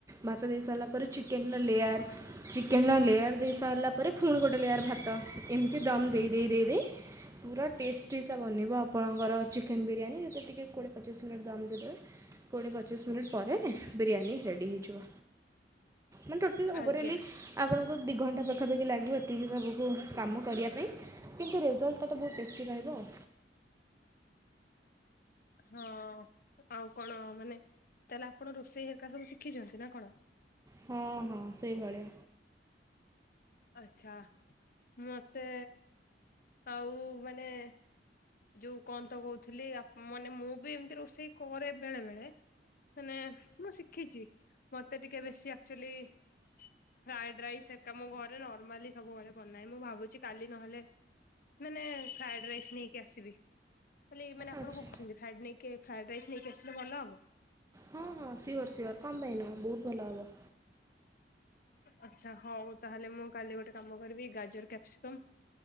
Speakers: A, on the right; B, on the left.
A: ଭାତ ଦେଇସାରିଲା ପରେ ଚିକେନର ଲେୟାର୍, ଚିକେନର ଲେୟାର ଦେଇସାରିଲା ପରେ ଫୁଣି ଗୋଟେ ଲେୟାର ଭାତ ଏମିତି ଦମ୍ ଦେଇ ଦେଇ ଦେଇ ଦେଇ ପୁରା ଟେଷ୍ଟିସା ବନିବ ଆପଣଙ୍କର ଚିକେନ ବିରିୟାନୀ ସେଥିରେ ଟିକେ କୋଡ଼ିଏ ପଚିଶ ମିନିଟ୍ ଦମ୍ ଦେଇଦେବେ କୋଡ଼ିଏ ପଚିଶ ମିନିଟ୍ ପରେ ବିରିୟାନୀ ରେଡ଼ି ହେଇଯିବ। ମାନେ ଟୋଟାଲ ଓଭରାଲି
B: ଆଜ୍ଞା
A: ଆପଣଙ୍କୁ ଦୁଇ ଘଣ୍ଟା ପାଖାପାଖି ଲାଗିବ ଏତିକି ସବୁକୁ କାମ କରିବା ପାଇଁ। କିନ୍ତୁ ରେଜଲ୍ଟ ଟା ତ ବହୁତ ଟେଷ୍ଟି ରହିବ ଆଉ।
B: ହଁ ଆଉ କଣ ମାନେ ତାହେଲେ ଆପଣ ରୋଷେଇ ଏକା ସବୁ ଶିଖିଚନ୍ତି ନା କଣ?
A: ହୁଁ ହୁଁ ସେଇଭଳିଆ।
B: ଆଛା, ମତେ ଆଉ ମାନେ ଯୋଉ କଣ ତ କହୁଥିଲି ଆପ୍ ମାନେ ମୁଁ ବି ଏମିତି ରୋଷେଇ କରେ ବେଳେ ବେଳେ। ମାନେ ମୁଁ ଶିଖିଚି। ମତେ ଟିକେ ବେଶୀ ଆକଚୁଏଲି ଫ୍ରାଏଡ ରାଇସ୍ ଏକା ମୁଁ ଘରେ ନର୍ମାଲି ସବୁବେଳେ ବନାଏ ମୁଁ ଭାବୁଚି କାଲି ନହେଲେ ମାନେ ଫ୍ରାଏଡ ରାଇସ୍ ନେଇକି ଆସିବି। ଖାଲି ମାନେ ଆପଣ
A: ଆଚ୍ଛା
B: କଣ କହୁଚନ୍ତି ଫ୍ରାଇଡ ନେଇକି ଫ୍ରାଇଡ ରାଇସ୍ ନେଇକି ଆସିଲେ ଭଲ ହବ?
A: ହଁ ହଁ ସିଓର ସିଓର୍। କଣ ପାଇଁ ନୁହଁ? ବହୁତ ଭଲ ହବ।
B: ଆଚ୍ଛା ହଉ ତାହେଲେ ମୁଁ କାଲି ଗୋଟେ କାମ କରିବି ଗାଜର କ୍ୟାପସିକମ୍